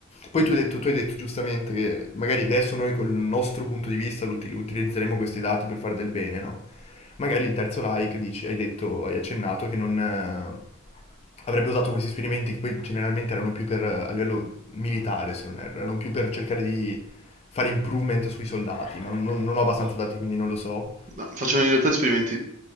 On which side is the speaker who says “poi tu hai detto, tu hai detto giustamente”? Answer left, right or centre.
Left